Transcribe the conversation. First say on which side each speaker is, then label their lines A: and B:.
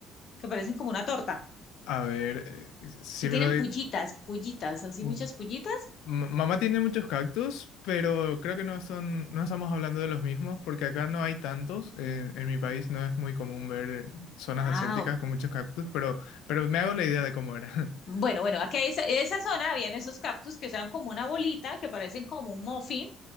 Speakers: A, on the left; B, on the left.
A: que parecen como una torta,
B: A ver, eh, si
A: que tienen
B: me lo... di-
A: pullitas, pullitas, así
B: mm,
A: muchas pullitas.
B: M- Mamá tiene muchos cactus, pero creo que no son, no estamos hablando de los mismos porque acá no hay tantos. eh, en mi país no es muy común ver zonas
A: Ah,
B: desérticas
A: ok.
B: con muchos cactus, pero, pero me hago la idea de cómo era. <laughs>
A: Bueno, bueno, aquí en esa, esa zona habían esos cactus que son como una bolita, que parecen como un muffin,